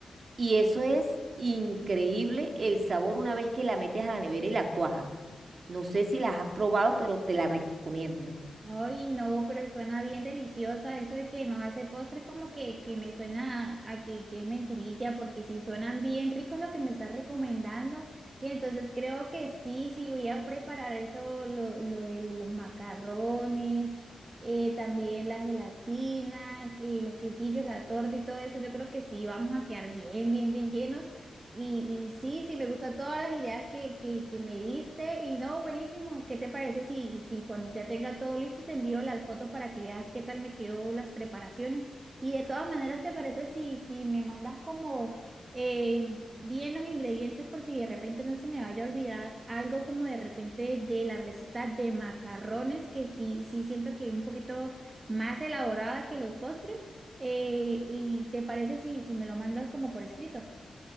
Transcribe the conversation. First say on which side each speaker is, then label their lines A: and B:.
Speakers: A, on the right; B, on the right.
A: Y eso es increíble el sabor una vez que la metes a la nevera y la cuajas. No sé si las has probado, pero te la recomiendo.
B: Ay, no, pero suena bien deliciosa. Eso de que no hace postres como que, que me suena a que, que es mentirilla, porque si suenan bien ricos lo que me estás recomendando. Y entonces creo que sí, sí voy a preparar eso, lo, lo de los macarrones, eh, también las gelatinas, eh, los quesillos, la torta y todo eso. Yo creo que sí, vamos a quedar bien, bien, bien llenos. Y, y sí, sí, me gustan todas las ideas que, que, que me diste. Y no, buenísimo. ¿Qué te parece si, si cuando ya tenga todo listo te envío las fotos para que veas qué tal me quedó las preparaciones? Y de todas maneras, ¿te parece si, si me mandas como eh, bien los ingredientes por si de repente no se me vaya a olvidar algo como de repente de la receta de macarrones, que sí, sí siento que es un poquito más elaborada que los postres? Eh, ¿y te parece si, si me lo mandas como por escrito?